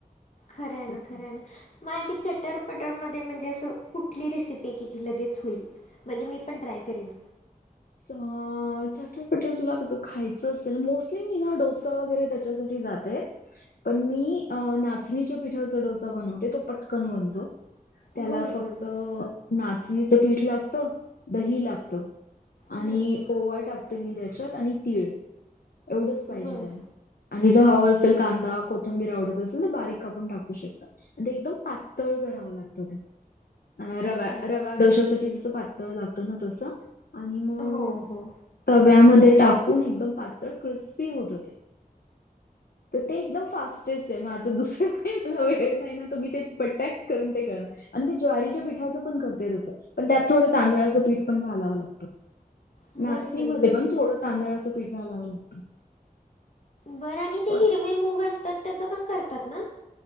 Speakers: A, on the left (about 50°); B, on the left (about 85°).
A: खरंय ना
B: तर काय.
A: खरंय ना. म अशी चटरपटरमध्ये म्हणजे असं कुठली रेसिपी ए कि जी लगेच होईल? म्हणजे मी पण ट्राय करीन.
B: च- चटरपटर तुला जर खायचं असेल मोस्टली मी ना डोसा वगैरे त्याच्यासाठी जा ते पण मी नाचणीच्या पिठाचा डोसा बनवते तो पटकन बनतो. त्याला
A: बरं
B: फक्त
A: बरं बरं
B: नाचणीचं पीठ लागतं दही लागत. आणि
A: हम्म
B: ओवा टाकते मी त्याच्यात आणि तीळ एवढच पाहिजे
A: बरं
B: त्याला. आणि ज हवां असेल कांदा कोथंबीर आवडत असेल तर बारीक कापून टाक कु शकता पण ते एकदम पातळ करावं लागतं ते. अ -रवा
A: अच्छा अच्छा
B: रवा डोश्यासाठी जस पातळ लागतं ना तसं आणि मग
A: हो हो.
B: तव्यामध्ये टाकून एकदम पातळ क्रिस्पी होत ते. तर ते एकदम फास्टेस्ट आहे माझं दुसरं काही आपला वेळ नाही. या दोघी एक पटेक्ट करून ते करा. आणि ते ज्वारीच्या पीठाचं पण करते तसं पण त्यात थोडं तांदळाचं पीठ पण घालावं लागतं.
A: बरं
B: नाचणीमध्ये
A: बरं बरं
B: पण
A: बरं.
B: थोडं तांदळाचं पीठ घालावं लागतं.
A: बरं आणि ते
B: पण
A: हिरवे मूग असतात त्याच पण करतात ना?